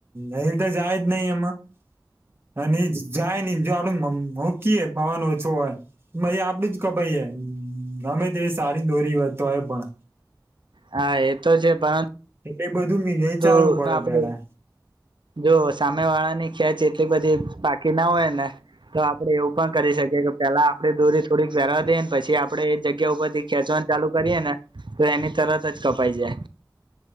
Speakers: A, on the right (about 30°); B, on the right (about 80°).
A: દહીલ તો જાય જ નહી એમાં અને જાય ની <unintelligible> જો આપડ હૂકીએ પવાનો ઓછો હોય, આપડું જ કપાઇ, અમે તેવી સારી દોરી હોય તો હોય પણ.
B: હા એ તો છે પર
A: <inaudible> વિચારવું
B: તો
A: પડે
B: આપડે
A: પેલા
B: જો સામે વાળાની ખ્યાચી એટલી બધી પાકી ના હોય ને, તો આપડે એવું પણ કરી શકીએ કે પેલા આપડે દોરી થોડીક વેરવા દઈએ ને પછી આપડે જગ્યા ઉપરથી ખેંચવાન ચાલુ કરીએ ને તો એની તરત જ કપાય છે.